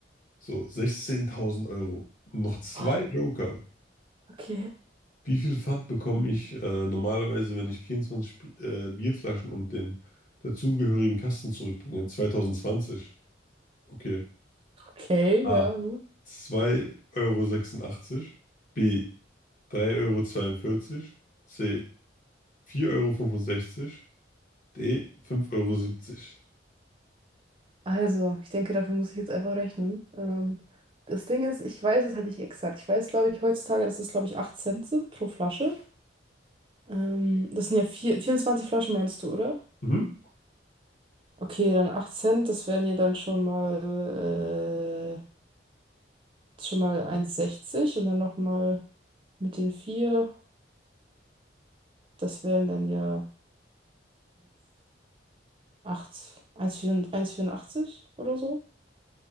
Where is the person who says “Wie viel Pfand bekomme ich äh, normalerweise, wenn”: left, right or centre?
Left